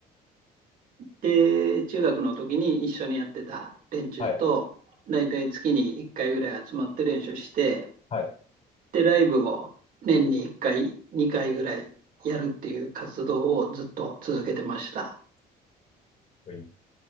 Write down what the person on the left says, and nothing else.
はい。
はい。かっ
こいい